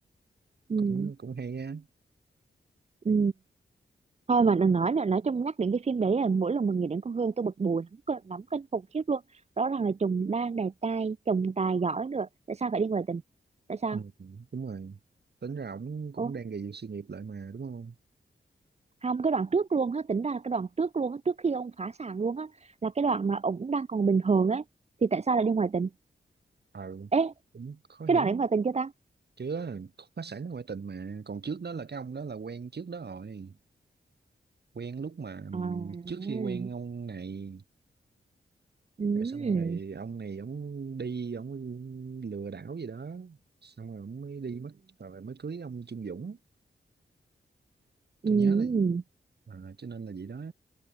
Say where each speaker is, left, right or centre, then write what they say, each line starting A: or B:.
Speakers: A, on the right (about 35°); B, on the right (about 60°).
A: ừ
B: cũng cũng hay á
A: ừ thôi mà đừng nói nữa nói chung nhắc đến cái phim đấy là mỗi lần mình nghĩ đến con Hương tôi bực bùi lắm cơn- lắm kinh khủng khiếp luôn rõ ràng là chồng đang đẹp trai chồng tài giỏi nữa tại sao phải đi ngoại tình tại sao
B: ừ, đúng rồi tính ra ổng cũng
A: ô
B: đang gầy dựng sự nghiệp lại mà đúng không
A: không cái đoạn trước luôn á tính ra là cái đoạn trước luôn á trước khi ông phá sản luôn á là cái đoạn mà ổng đang còn bình thường ấy thì tại sao lại đi ngoại tình
B: ừ
A: ê
B: cũng khó hiểu
A: cái đoạn
B: lắm.
A: đấy ngoại tình chưa ta
B: chứ á, khúc phá sản ngoại tình mà còn trước đó là cái ông đó là quen trước đó rồi quen lúc mà ừm,
A: à
B: trước
A: ừ
B: khi quen ông này
A: ừ
B: rồi xong rồi ông này ổng đi ổng lừa đảo gì đó xong rồi ổng mới đi mất rồi mới cưới ông Trung Dũng tôi
A: ừ
B: nhớ là à, cho nên là vậy đó